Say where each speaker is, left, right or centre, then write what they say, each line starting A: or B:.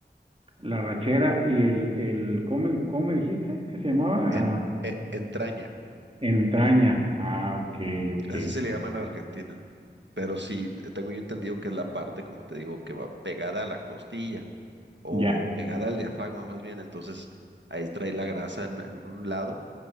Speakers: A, on the right; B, on the right.
A: La rachera y el, el ¿cómo, me cómo me dijiste que se llamaba?
B: En-
A: Ah,
B: e- entraña,
A: entraña. Ah, ok, ok.
B: así se le llama en Argentina, pero sí, te- tengo yo entendido que es la parte, como te digo, que va pegada a la costilla o
A: Ya,
B: pegada al diafragma más bien, entonces ahí trae la grasa en, en un lado